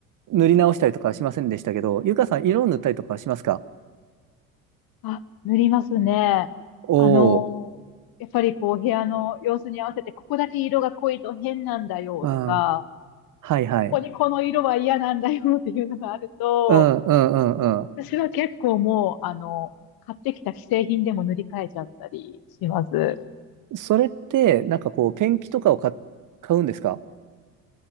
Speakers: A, on the right; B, on the left.
A: 塗り直したりとかはしませんでしたけど、ゆかさん、色を塗ったりとかはしますか
B: あ、塗りますね。
A: おおー、
B: あのーやっぱりこう、部屋の様子に合わせて、ここだけ色が濃いと変なんだよとか、
A: あーはいはい。
B: ここにこの色は嫌なんだよっていうのがあると、
A: うんうんうんう
B: 私は結構もう、あの、買ってきた既製品でも塗り替えちゃったりします。
A: ん。それって、なんかこう、ペンキとかを買、買うんですか